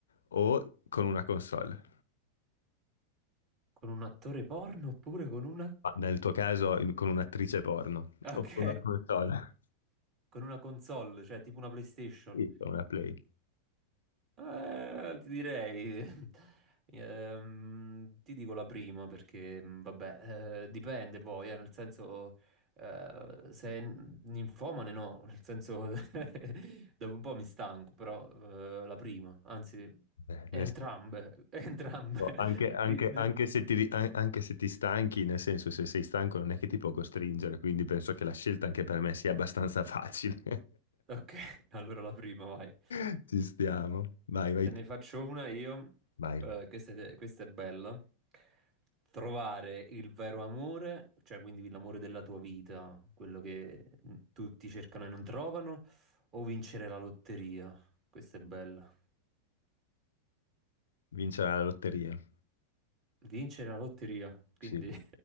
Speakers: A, on the left; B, on the right.
A: o con una console?
B: con un attore porno oppure con una...
A: Ma Nel tuo caso, in- con un'attrice porno
B: Ok,
A: o con una console?
B: <laughs> con una console, cioè tipo una PlayStation.
A: Sì, con una Play.
B: Eh, ti direi... <laughs> ehm, ti dico la prima perché, mh, vabbè, eh, dipende poi, eh, nel senso... eh, se è n- ninfomane no, nel senso... <laughs> dopo un po' mi stanco, però eh, la prima, anzi,
A: Beh,
B: entrambe,
A: nel
B: <laughs> entrambe.
A: Boh, Anche, anche-
B: Pri-
A: anche se ti, ri- an- anche se ti stanchi, nel senso, se sei stanco non è che ti può costringere, quindi penso che la scelta anche per me sia abbastanza facile.
B: Ok, <laughs> allora la prima, vai.
A: <laughs> Ci stiamo. Vai, vai,
B: Te
A: tu.
B: ne faccio una io.
A: vai.
B: Eh, questa, è questa è bella. Trovare il vero amore, cioè quindi l'amore della tua vita, quello che tutti cercano e non trovano, o vincere la lotteria. Questa è bella.
A: Vincere la lotteria.
B: Vincere la lotteria, quindi
A: Sì,